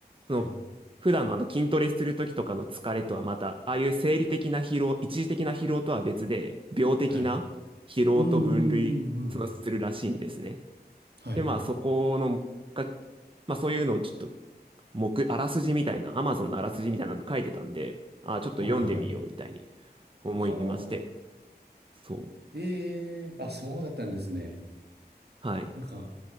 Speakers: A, on the right (about 75°); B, on the right (about 30°).
A: はあはい。
B: その普段のあの筋トレする時とかの疲れとはまた、ああいう生理的な疲労、一時的な疲労とは別で、病的な疲労と分類、
A: はい。うんうんうんうん。
B: そのするらしいんですね。
A: はい。
B: で、まあそこの、が、まあそういうのをちょっと、目、あらすじみたいな、Amazon のあらすじみたいなのに書いてたんで、あーちょっと読んでみようみたいに
A: はいはいはい。
B: 思いまして。
A: はあ。
B: そう。
A: ええあ、そうだったんですね。
B: はい。
A: なんか、